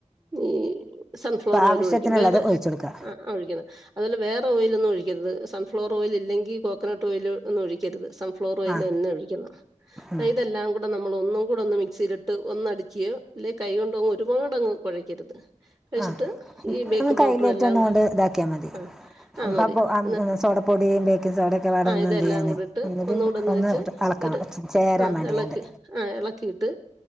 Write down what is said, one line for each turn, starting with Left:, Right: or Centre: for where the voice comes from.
Right: ഈ സൺഫ്ലോർ
Centre: അപ്പൊ
Right: ഓയിൽ
Centre: ആവശ്യത്തിനുള്ളത്
Right: ഒഴിക്കും വേറെ
Centre: ഒഴിച്ചു കൊടുക്കുക
Right: ആ ആഹ ഒഴിക്കുന്ന അതുപോലെ വേറെ ഓയിൽന്നും ഒഴിക്കരുന്നത് സം ഫ്ലോർ ഓയിൽ ഇല്ലെങ്കിൽ കോക്കോനട്ട് ഓയിലൊന്നും ഒഴിക്കരുത് സം ഫ്ലോർ ഓൽന്നെ
Centre: ആഹ്
Right: ഒഴിക്കണം
Centre: ഉം
Right: ഇതെല്ലാം കൂടെ നമ്മള് ഒന്നും കൂടെ ഒന്ന് മിക്സിയിലിട്ട് ഒന്നടിച്ച് ഇല്ലെ കൈ കൊണ്ടങ്ങ് ഒരുപാട്ങ്ങ് കുഴയ്ക്കരുത്. കഴിച്ചിട്ട്
Centre: ആ
Right: ഈ ബേക്കിംഗ്
Centre: ഒന്ന് കയ്യിലേറ്റ്
Right: പൗഡറും എല്ലാം
Centre: ഒന്നുകൊണ്ട് ഇതാക്കിയാൽ മതി
Right: ആഹ ആഹ മതി
Centre: അപ്പോൾ
Right: ന്ന
Centre: സോഡപ്പൊടിയും ബേക്കിംഗ് സോഡയൊക്കെ പാടെ
Right: ആഹ
Centre: ഒന്ന്
Right: ഇതെല്ലാം
Centre: എന്ത് ചെയ്യാൻ
Right: കൂടിട്ട്
Centre: ഒന്നുകൂടി
Right: ഒന്നുകൂടന്ന്
Centre: ഒന്ന്
Right: വെച്ച്
Centre: ഇളക്കണം
Right: ഒരു
Centre: ചേരാൻ
Right: ആഹ
Centre: വേണ്ടിയാണ്ട്
Right: നമ്മക് ആഹ ഇളക്കിയിട്ട്